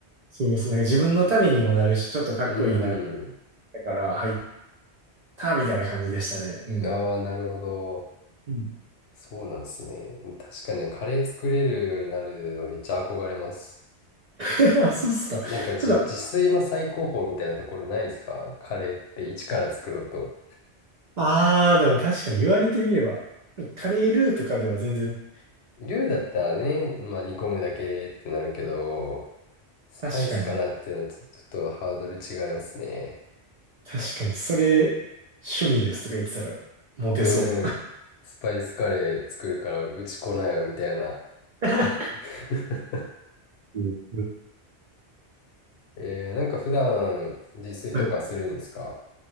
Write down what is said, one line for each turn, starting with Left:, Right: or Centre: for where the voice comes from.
Right: そうですね。なんか自分のためにもなるし、ちょっとかっこいいな。
Left: うーん。
Right: だから入ったみたいな感じでしたね。うん。
Left: ああ、なるほど。
Right: うん
Left: そうなんですね。確かにねカレー作れるようになるのめっちゃ憧れます。
Right: <laughs> あ、そうっすか。
Left: なんかじ、
Right: 普段、
Left: 自炊の最高峰みたいなところないですかカレーって一から作ろうと。
Right: ああ、でも確かに言われてみれば、カレールーとかでは全然、
Left: ルーだったらね、まあ煮込むだけってなるけど、スパイスからってのはちょちょっとハードル違いますね。
Right: 確かに、確かに、それ、趣味ですとか言ってたら、モテそう。
Left: うん。スパイスカレー作るからうち来ないよみたいな。
Right: <laughs>
Left: <laughs>
Right: うんうん
Left: えー、なんか普段自炊とかするんですか
Right: はい。